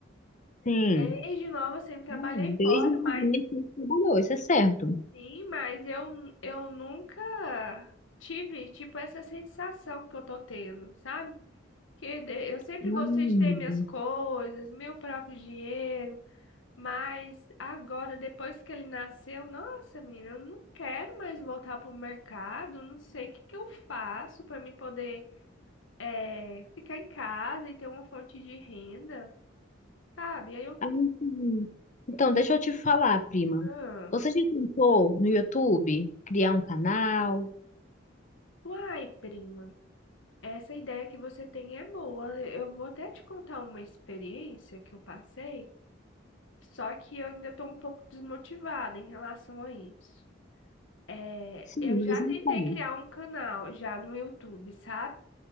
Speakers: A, on the left (about 40°); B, on the left (about 80°).
A: Sim.
B: Desde nova, eu sempre trabalhei
A: Hum, Desde
B: fora,
A: novinha
B: mas
A: sempre trabalhou, isso é certo.
B: sim, mas eu, eu nunca tive, tipo, essa sensação que eu tô tendo, sabe? Que de- eu sempre
A: Hum.
B: gostei de ter minhas coisas, meu próprio dinheiro, mas agora, depois que ele nasceu, nossa, menina, eu não quero mais voltar pro mercado, não sei o que que eu faço para me poder é, ficar em casa e ter uma fonte de renda, sabe? Aí eu,
A: Ah, sim. Então, deixa eu te falar, prima.
B: ah,
A: Você já tentou no YouTube criar um canal?
B: uai, prima, essa ideia que você tem é boa. Eu vou até te contar uma experiência que eu passei, só que eu ainda estou um pouco desmotivada em relação a isso. É,
A: Sim,
B: eu já
A: mas
B: tentei
A: então.
B: criar um canal já no YouTube, sabe?